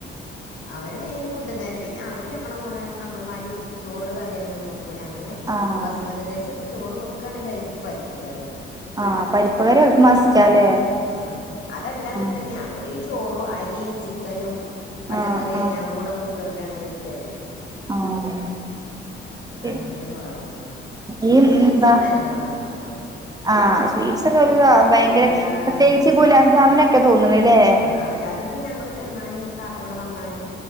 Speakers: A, on the left; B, on the right.
A: അവര് മെയിൻ ഫുഡ്ന്തന്നെ പിന്നെ അവര് നമ്മളെ കൂടെ നമ്മളെ മാരി ഉ ചോറ് കറിങ്ങനൊന്നും വെ കുല അങ്ങനെ
B: ആഹ്
A: ബസ്മതി റൈസ് ഇട്ട് ചോറ് വെക്കുകണെങ്കി അതിക്ക് പരി പ്പുകറിയ
B: ആഹ് പരിപ്പ് കറി ഓൽക്ക് മസ്റ്റാല്ലേ
A: ആഹ് ആഹ് അതല്ലാന്ണ്ടെങ്കി
B: ആഹ്
A: അവര് ചോറും അരിയും ചിക്കനും പച്ചക്കറിയെല്ലാം
B: ആഹ് ആഹ്
A: കൂടെ കുക്കറിലാണ് വെവിക്കല്
B: ആഹ് ശരി
A: അങ്ങനത്തെ ചോറവെക്ക പിന്നെ
B: ഈ
A: സ്വീറ്റ്സ്
B: എന്താ
A: നല്ലവണ്ണംണ്ടാക്കും അവര്
B: ആഹ് സ്വീറ്റ്സ് ഒക്കെലിത ഭയങ്കര
A: എല്ലാ
B: പ്രത്യേകിച്ച്
A: ഐറ്റംസും
B: ഗുലാ ജാമുനൊക്കെ തോന്നണ്ല്ലേ
A: ആഹ് അവര് അതിപ്പ ഞങ്ങള് ചെന്നാലുംഞ്ഞ് താത്തവടെ വന്നാലും